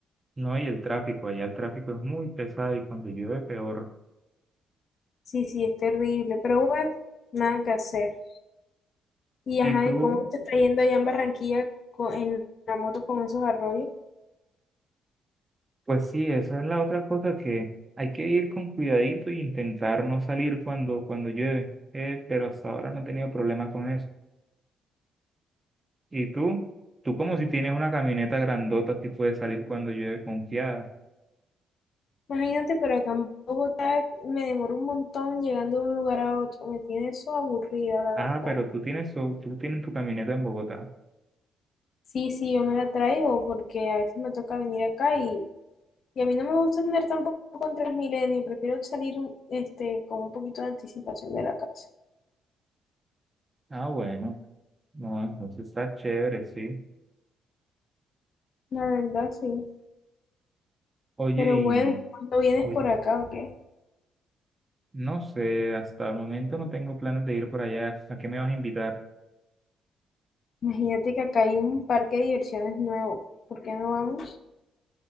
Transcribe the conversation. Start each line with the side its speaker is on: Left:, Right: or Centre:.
Right: No, y el tráfico, allá el tráfico es muy pesado y cuando llueve peor.
Left: Sí, sí, es terrible, pero bueno, nada que hacer. Y ajá,
Right: Y tú,
Left: ¿y cómo te está yendo allá en Barranquilla co- en la moto con esos arroyos?
Right: pues sí, esa es la otra cosa que hay que ir con cuidadito y intentar no salir cuando, cuando llueve. Eh, pero hasta ahora no he tenido problema con eso. Y tú, tú como si tienes una camioneta grandota, sí puedes salir cuando llueve confiada.
Left: Imagínate, pero acá en Bogotá me demoro un montón llegando de un lugar a otro. Me tiene eso aburrida, la
Right: Ah,
Left: verdad.
Right: pero tú tienes, tu- tú tienes tu camioneta en Bogotá.
Left: Sí, sí, yo me la traigo porque a veces me toca venir acá y Y a mí no me gusta andar tampoco con Transmilenio, prefiero salir este, con un poquito de anticipación de la casa.
Right: Ah, bueno, no, entonces está chévere, sí.
Left: La verdad, sí.
Right: Oye,
Left: Pero
Right: y,
Left: bueno, ¿y ¿cuándo vienes
Right: oye,
Left: por acá o qué?
Right: no sé, hasta el momento no tengo planes de ir por allá. ¿A qué me vas a invitar?
Left: Imagínate que acá hay un parque de diversiones nuevo. ¿Por qué no vamos?